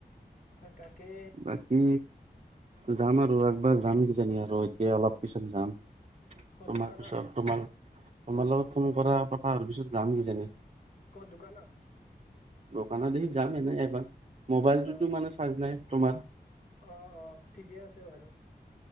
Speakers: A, on the left; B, on the right.
A: তাকে
B: বাকী যাম আৰু একবাৰ যাম নে কিজানি আৰু এতিয়া অলপ পিছত যাম। তোমাৰ
A: ক'ত দোকানত
B: পিছত তোমাৰ, তোমাৰ লগত ফোন কৰা কথা হোৱাৰ পিছত যাম কিজানি।
A: ক'ত দোকানত?
B: দোকানৰ দিগে যাম এনে এবাৰ, মোবাইলটোতো
A: অ
B: মানে চাৰ্জ নাই তোমাৰ।
A: অ অ ঠিকেই আছে বাৰু।